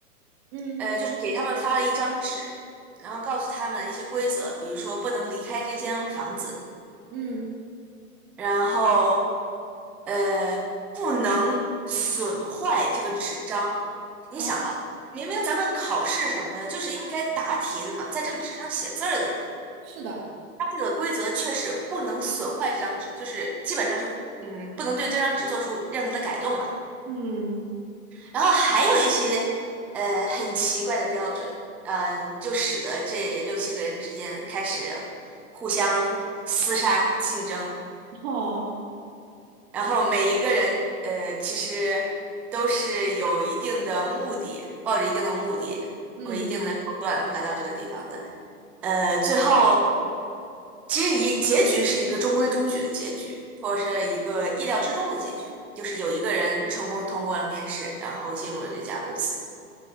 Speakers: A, on the right; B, in the centre.
A: 嗯
B: 呃，就是给他们发了一张纸，然后告诉他们一些规则，比如说不能离开这间房子，
A: 嗯，
B: 然后呃不能损坏这个纸张。你想哈、
A: 好，
B: 明明咱们考试什么的，就是应该答题的嘛，在这个纸上写字儿的嘛。
A: 是的，
B: 这个规则确实不能损坏这张纸，就是基本上是嗯，不能对这张纸做出任何的改动了。
A: 嗯，
B: 然后还有一些呃很奇怪的标准，嗯，就使得这六七个人之间开始互相厮杀竞争，
A: <laughs> 哦，
B: 然后每一个人呃其实都是有一定的目的，抱着一定的目的或者一定的手段来到这个地方的，
A: 嗯，
B: 呃，最后。其实一结局是一个中规中矩的结局，或者是一个意料之中的结局，就是有一个人成功通过了面试，然后进入了这家公司。